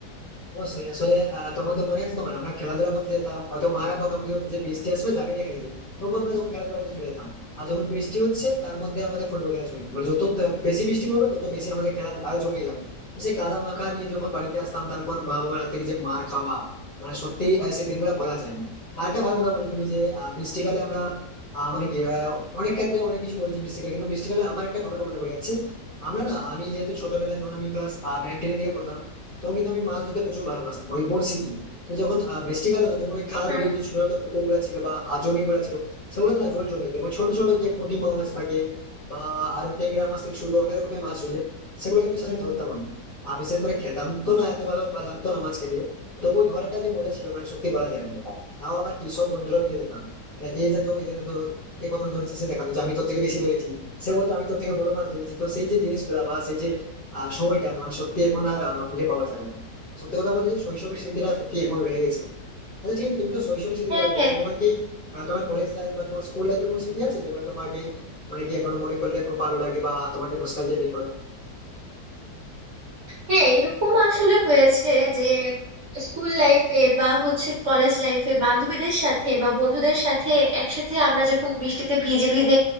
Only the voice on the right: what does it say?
হুম।
হ্যাঁ
হ্যাঁ
হ্যাঁ এরকম আসলে হয়েছে যে স্কুল লাইফে বা হচ্ছে কলেজ লাইফে বান্ধবীদের সাথে বা বন্ধুদের সাথে একসাথে আমরা যখন বৃষ্টিতে ভিজে ভিজে